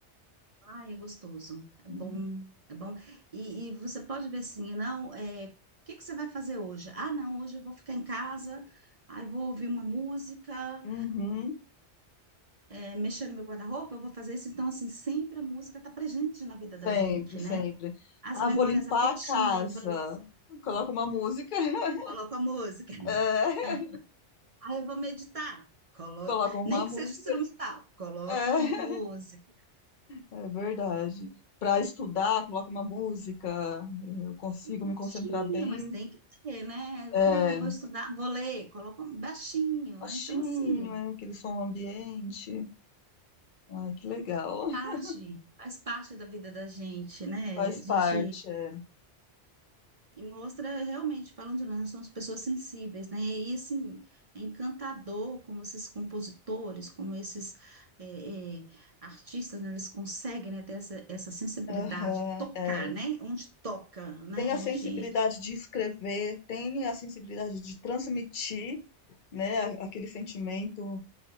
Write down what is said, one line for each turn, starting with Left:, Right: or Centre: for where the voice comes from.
Right: ah é gostoso, é
Left: Uhum.
Right: bom, é bom. E, e você pode ver assim, não, é, o que que você vai fazer hoje? Ah, não, hoje eu vou ficar em casa, aí vou ouvir uma música,
Left: Uhum.
Right: é, mexendo no meu guarda-roupa, eu vou fazer isso. Então, assim, sempre a música está presente na vida
Left: Sempre,
Right: da gente,
Left: sempre.
Right: né? As
Left: Ah,
Right: memórias
Left: vou limpar
Right: afetivas,
Left: a casa. Coloca uma música. <laughs>
Right: coloco a música.
Left: É,
Right: <laughs> Aí eu vou meditar, coloco,
Left: coloca uma
Right: nem que
Left: música.
Right: seja instrumental, coloco
Left: É.
Right: uma música.
Left: É verdade. Para estudar, coloco uma música, eu consigo
Right: Baixinho,
Left: me concentrar bem.
Right: mas tem que ter, né?
Left: É,
Right: Ah, vou estudar, vou ler, coloco baixinho.
Left: baixinho,
Right: Então, assim,
Left: é, aquele som ambiente. Ai, que legal. <laughs>
Right: parte, faz parte da vida da gente, né?
Left: Faz
Right: A gente
Left: parte. É.
Right: E mostra realmente, falando de nós, nós somos pessoas sensíveis, né? E assim, é encantador como esses compositores, como esses é, é, artistas, né? Eles conseguem, né, ter essa, essa sensibilidade,
Left: Aham,
Right: tocar,
Left: é.
Right: né? Onde toca, né?
Left: Tem a
Right: Onde.
Left: sensibilidade de escrever, tem a sensibilidade de transmitir, né, a- aquele sentimento